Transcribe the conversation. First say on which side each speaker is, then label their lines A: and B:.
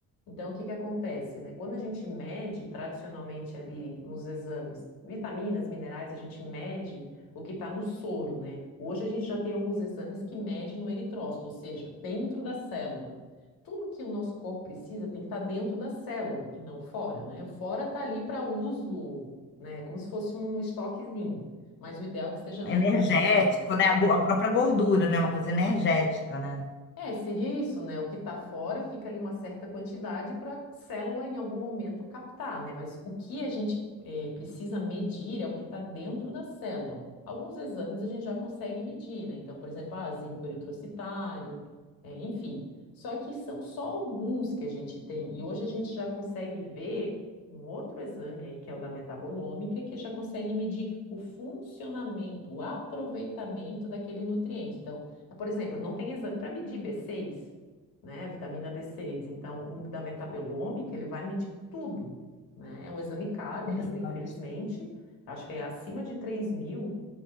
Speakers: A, on the left; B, on the left.
A: Então, o que que acontece, né? Quando a gente mede tradicionalmente ali nos exames, vitaminas, minerais, a gente mede o que está no soro, né? Hoje a gente já tem alguns exames que mede no eritrócito, ou seja, dentro da célula. Tudo que o nosso corpo precisa tem que estar dentro da célula e não fora, né? O fora está ali para uso né? É como se fosse um estoquezinho, mas o ideal é que esteja dentro
B: energético,
A: da célula
B: né? A go- a própria gordura, né? Uma coisa energética, né?
A: É, seria isso, né? O que está fora fica ali uma certa quantidade para a célula em algum momento captar, né? Mas o que a gente eh, precisa medir é o que está dentro da célula. Alguns exames a gente já consegue medir, né? Então, por exemplo, ah, zinco eritrocitário, eh, enfim. Só que são só alguns que a gente tem. E hoje a gente já consegue ver um outro exame aí, que é o da metabolômica, que já consegue medir o funcionamento, o aproveitamento daquele nutriente. Então, por exemplo, não tem exame para medir b seis né? Vitamina b seis Então, o da metabolômica, ele vai medir tudo, né? É um exame caro ainda,
B: Interessante.
A: infelizmente. Acho que é acima de 3 mil.